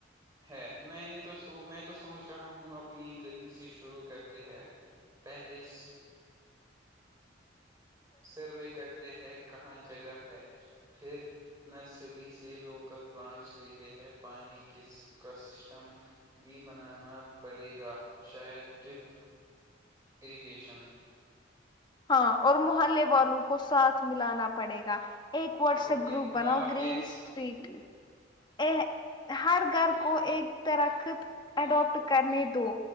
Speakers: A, on the right; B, on the left.
A: ہے میں نے تو سو میں تو سوچ رہا ہوں اپنی گلی سے شروع کرتے ہے پیلیس سروے کرتے ہیں کہاں جگہ ہے پھر نرسری سے لوکل پلانٹس لیتے ہیں پانی کس کا سسٹم بھی بنانا پڑے گا شاید ڈرپ اریگیشن
B: ہاں اور محلے والوں کو ساتھ ملانا پڑے گا ایک واٹسپ
A: اوکے
B: گروپ
A: اللہ
B: بناؤ
A: حافظ
B: گرین اسٹریٹ میں ا ہر گھر کو ایک درخت اڈاپٹ کرنے دو